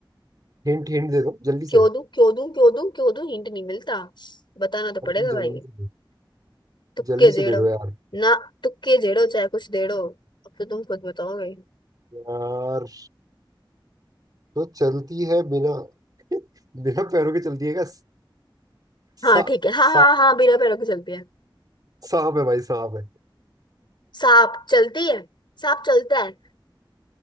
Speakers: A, on the right; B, on the left.
A: हिंट हिंट दे दो जल्दी से
B: क्यों दूं क्यों दूं क्यों दूं क्यों दूं हिंट नहीं मिलता बताना तो
A: अब
B: पड़ेगा
A: तुम
B: भाई
A: जल्दी से दो
B: तुक्के
A: जल्दी
B: जेड़ो
A: से दे दो यार
B: ना तुक्के जेड़ो चाहे कुछ देड़ो अब तो तुम खुद बताओगे
A: यार तो चलती है बिना <laughs> बिना पैरों के चलती है क्या
B: हाँ
A: सा
B: ठीक है हाँ
A: सा
B: हाँ हाँ बिना पैरों की चलती है
A: सांप है भाई सांप है
B: सांप चलती है सांप चलता है अरे